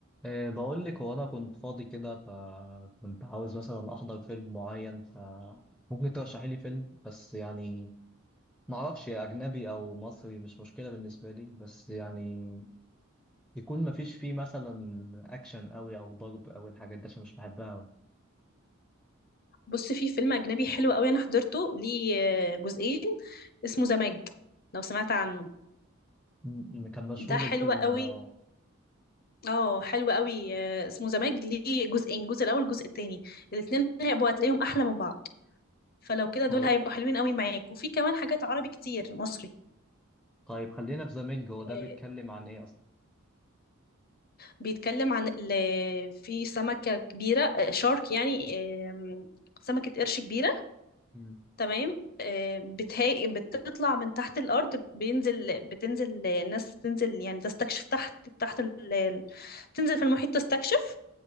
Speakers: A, in the centre; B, on the left.
A: إيه بقول لك هو انا كنت فاضي كده فكنت عاوز مثلا احضر فيلم معين فممكن ترشحي لي فيلم بس يعني ما اعرفش اجنبي او مصري مش مشكله بالنسبه لي بس يعني يكون ما فيش فيه مثلا اكشن قوي او ضرب او الحاجات دي عشان مش بحبها أوي.
B: بص في فيلم أجنبي حلو قوي أنا حضرته ليه آه، جزئين اسمه زماج لو سمعت عنه
A: م- م- كان مشهور
B: ده حلو
A: الفيلم
B: قوي
A: ده
B: اه حلو قوي آه، اسمه زماج ليه جزئين جزء الأول الجزء التاني الاتنين هيبقوا هتلاقيهم أحلى من بعض فلو كده دول
A: طيب
B: هيبقوا حلوين قوي معاك وفي كمان حاجات عربي كتير مصري
A: طيب خلينا في زاميج هو
B: آه،
A: ده بيتكلم عن ايه اصلا
B: بيتكلم عن ال- في سمكة كبيرة آه، شارك يعني آم، سمكة قرش كبيرة
A: امم
B: تمام آه، بتها... بتطلع من تحت الأرض بينزل بتنزل آه، ناس تنزل يعني تستكشف تحت تحت ال... تنزل في المحيط تستكشف